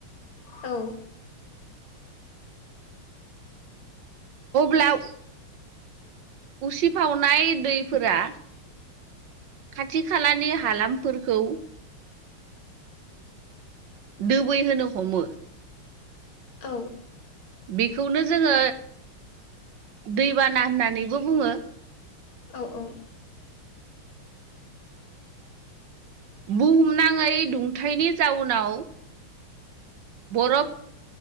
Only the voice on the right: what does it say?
अब्लाव उसिफावनाय दैफोरा खाथि खालानि हालामफोरखौ दोबैहोनो हमो।
बेखौनो जोङो दैबाना होननानैबो बुङो।
बुहुमनाङै दुंथायनि जाउनाव बरफ